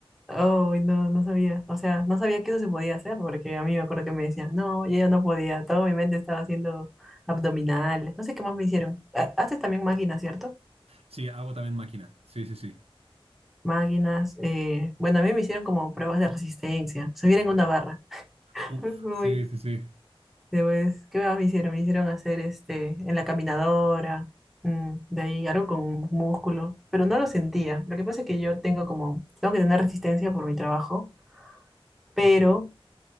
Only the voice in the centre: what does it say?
Oh, no, no sabía. O sea, no sabía que eso se podía hacer, porque a mí me acuerdo que me decían, no, yo ya no podía. Todo mi mente estaba haciendo abdominales. No sé qué más me hicieron. Ha- Haces también máquinas, ¿cierto?
Máquinas. eh, Bueno, a mí me hicieron como pruebas de resistencia. Subir en una barra. <laughs>
Uy,
después, ¿qué más me hicieron? Me hicieron hacer este, en la caminadora. mm, de ahí algo con músculo. Pero no lo sentía. Lo que pasa es que yo tengo como, tengo que tener resistencia por mi trabajo. Pero